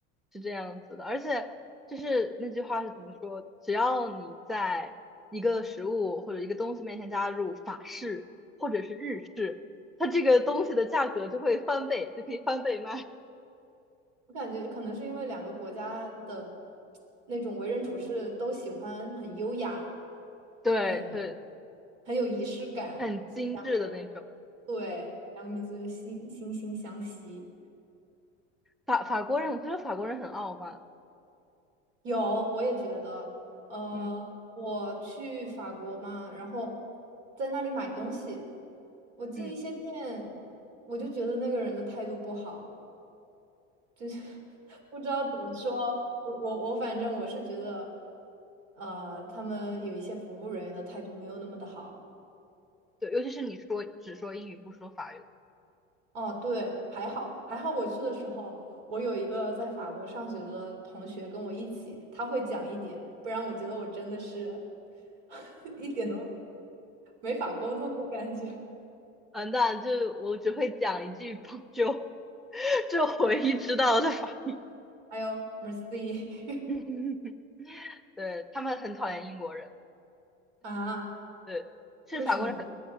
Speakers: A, in the centre; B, on the right (about 80°).
A: 是这样子的。而且就是那句话是怎么说？只要你在一个食物或者一个东西面前加入法式或者是日式，它这个东西的价格就会翻倍，就可以翻倍卖。
B: 我感觉可能是因为两个国家的那种为人处事都喜欢很优雅。
A: <laughs> 对对，
B: 很很有仪式感，
A: 很精致的那种。
B: 所以两个人对两个民族就惺惺惺相惜。
A: 对法法国人，我觉得法国人很傲慢。
B: 有，我也觉得，呃，
A: 嗯
B: 我去法国嘛，然后在那里买东西，我进一些店，
A: 嗯。
B: 我就觉得那个人的态度不好，就是 <laughs> 不知道怎么说。我我我，反正我是觉得，呃，他们有一些服务人员的态度没有那么的好。
A: 对，尤其是你说只说英语不说法语，
B: 哦，对，还好还好，我去的时候，我有一个在法国上学的同学跟我一起，他会讲一点，不然我觉得我真的是 <laughs> 一点都没法沟通的感觉。<laughs>
A: 嗯，那就我只会讲一句 <laughs> Bonjour，这我唯一知道的法语。
B: 啊还有 Mercy
A: <laughs> 对他们很讨厌英国人，
B: <laughs> 啊，
A: 对，是法国人很
B: 为什么？